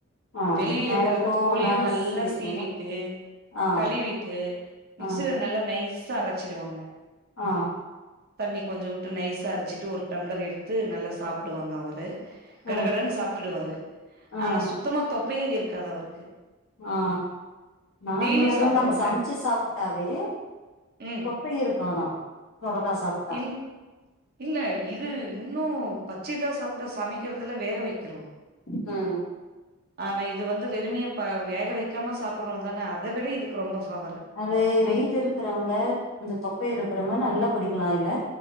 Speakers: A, on the left (about 65°); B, on the right (about 45°).
A: ஆ
B: வெளில
A: மேல
B: இருக்குற
A: தோவுல்லா
B: தோழையு நல்லா
A: சீவிட்டுங்களா
B: சீவிட்டு
A: ஆ
B: கழுவீட்டு மிக்சில
A: ஆ
B: நல்லா நைஸா அறச்சிருவாங்க.
A: ஆ
B: தண்ணி கொஞ்சோ வுட்டு நைஸா அரச்சிட்டு ஒரு டம்ளர் எடுத்து நல்லா சாப்புடுவாங்க அவரு கடகடன்னு
A: ஆ
B: சாப்புட்டுருவாரு
A: ஆ
B: ஆனா சுத்தமா தொப்பையே இருக்காது. அவருக்கு
A: ஆ நார்மலாவே
B: டெய்லி சாப்டுவாங்க
A: நம்ம சமச்சு சாப்புட்டாவே
B: ம்
A: தொப்ப இருக்காதா சொரக்கா சாப்ட்டா.
B: இல் இல்ல இது இன்னு பச்சைதா சாப்ட்டா சமைக்கறதுல வேக வைக்கிறோ.
A: ம்
B: ஆனா இது வந்து வெறுமையா ப வேக வெக்காம சாப்புட்றோ தான அத விட இதுக்கு ரொம்ப ஃபவரு
A: அது வெயிட் இருக்குறவுங்க, இந்த தொப்ப இருக்குறவுங்க நல்லா குடிக்கலா இல்ல